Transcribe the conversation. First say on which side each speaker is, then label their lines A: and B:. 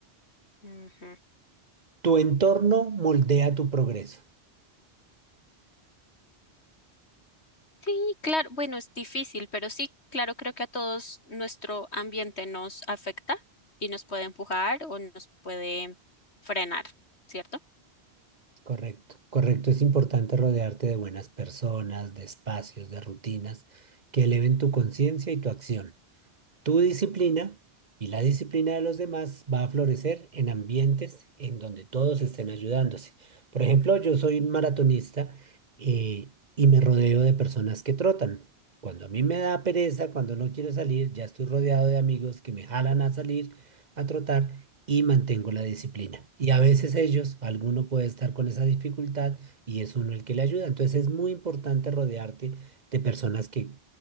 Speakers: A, on the left (about 80°); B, on the right (about 45°).
A: Ujú.
B: Tu entorno moldea tu progreso.
A: Sí, claro, bueno, es difícil, pero sí, claro, creo que a todos nuestro ambiente nos afecta y nos puede empujar o nos puede frenar, ¿cierto?
B: Correcto, correcto. Es importante rodearte de buenas personas, de espacios, de rutinas que eleven tu conciencia y tu acción. Tu disciplina y la disciplina de los demás va a florecer en ambientes en donde todos estén ayudándose. Por ejemplo, yo soy un maratonista eh, y me rodeo de personas que trotan. Cuando a mí me da pereza, cuando no quiero salir, ya estoy rodeado de amigos que me jalan a salir a trotar y mantengo la disciplina. Y a veces ellos, alguno puede estar con esa dificultad y es uno el que le ayuda. Entonces es muy importante rodearte de personas que